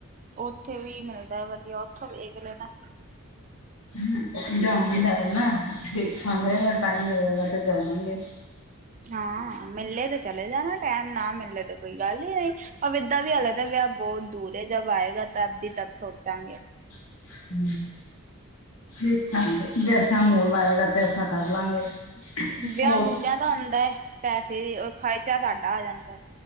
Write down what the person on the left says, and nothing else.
ਹੂ ਜਾਣਾ ਵੀ ਹੈ ਨਾ ਦੇਖਾਂਗੇ, ਜੇ ਟਾਈਮ ਮਿਲੇਗਾ ਤੇ ਜਾਵਾਂਗੇ।
<inaudible> ਦੇਖਾਂਗੇ ਜੈਸਾ ਮੋਲ ਆਏਗਾ ਤੈਸਾ ਕਰ ਲਾ ਗੇ
ਹੋਰ